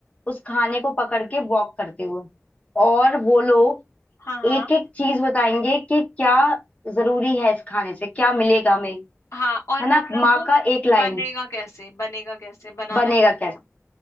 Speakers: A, on the left; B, on the left.
A: उस खाने को पकड़ के वॉक करते हुए और वो लोग
B: हाँ हाँ
A: एक एक चीज बताएंगे कि क्या जरूरी है इस खाने से क्या मिलेगा हमें
B: हाँ और
A: है
B: मतलब
A: ना माँ
B: वो
A: का एक लाइन
B: बनेगा कैसे बनेगा कैसे बनाना
A: बनेगा
B: कैसे
A: कैसे
B: है